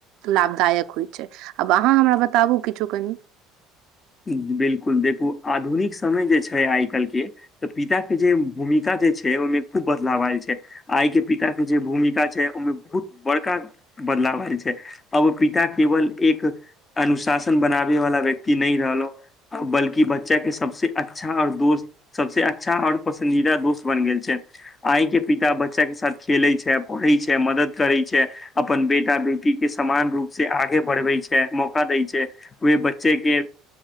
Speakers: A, on the right (about 70°); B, on the left (about 25°).
A: लाभदायक होइत छै आब अहाँ हमरा बताबू किछो कनि
B: बिलकुल देखू आधुनिक समय जे छै आइ काल्हि के तऽ पिताक के जे भूमिका जे छै ओहिमे खूब बदलाव आयल छै आइ के पिता के जे भूमिका छै ओहिमे बहुत बड़का बदलाव आयल छै अब पिता केवल एक अनुशासन बनाबै वाला व्यक्ति नहि रहलो बल्कि बच्चा के सबस अच्छा आओर दोस्त सबसे अच्छा अओर पसन्दीदा दोस्त बन गेल छैथ आइ के पिता बच्चा के साथ खेले छै पढ़ैत छै मदद करे छै अपन बेटा बेटी के समान रूप से आगे बढ़बै छै मौका दै छै ओहे बच्चे के